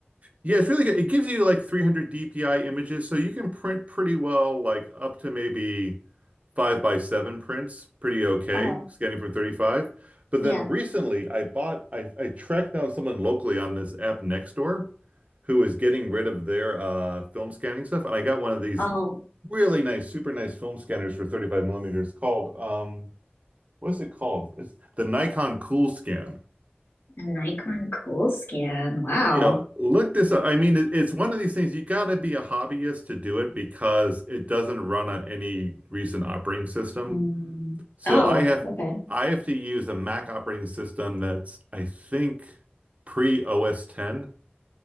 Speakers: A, on the right (about 35°); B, on the left (about 70°).
A: Yeah, it's really good. It gives you like 300 DPI images, so you can print pretty well, like up to maybe five by seven prints, pretty okay,
B: Oh,
A: scanning from 35. But
B: yeah.
A: then recently, I bought, I, I tracked down someone locally on this app Nextdoor who was getting rid of their uh, film scanning stuff, and I got one of these
B: Oh,
A: really nice, super nice film scanners for 35 millimeters called, um, what is it called? It's the Nikon Cool Scan.
B: an Nikon Cool Scan. Wow.
A: Yeah, look this up. I mean, it, it's one of these things you got to be a hobbyist to do it because it doesn't run on any recent operating system.
B: Mm.
A: So
B: Oh,
A: I have
B: okay.
A: I have to use a Mac operating system that's I think pre OS 10.